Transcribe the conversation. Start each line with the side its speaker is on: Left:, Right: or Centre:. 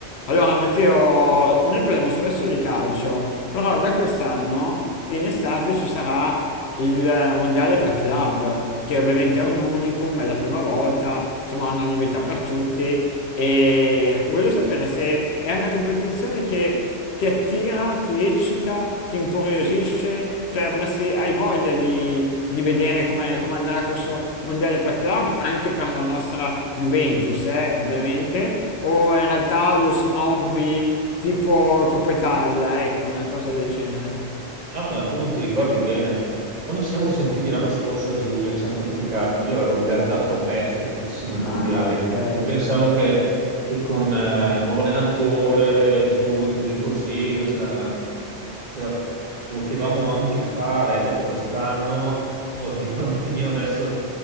Left: Allora, Matteo, noi parliamo spesso di calcio, però da quest'anno in estate ci sarà il mondiale per club, che ovviamente è un unicum, è la prima volta, insomma, è una novità per tutti. E voglio sapere se è una competizione che ti attira, ti eccita, ti incuriosisce, cioè avresti, hai voglia di, di vedere come, come andrà questo mondiale per club, anche per la nostra Juventus, eh, ovviamente, o in realtà lo snobby tipo Coppa Italia, ecco, una cosa del genere.
Right: No, ma tu non ti ricordi bene. Quando ci siamo sentiti l'anno scorso a giugno e ci siamo qualificati, io ero gasato a bestia che facessimo i
Left: Ah,
Right: mondiali,
Left: ok, è
Right: perché pensavo
Left: vero.
Right: che, che con eh, il nuovo allenatore giunto lì così, noi ce la, ce la potevamo anche fare. Dopo quest'anno Oddio, <laughs> mio, adesso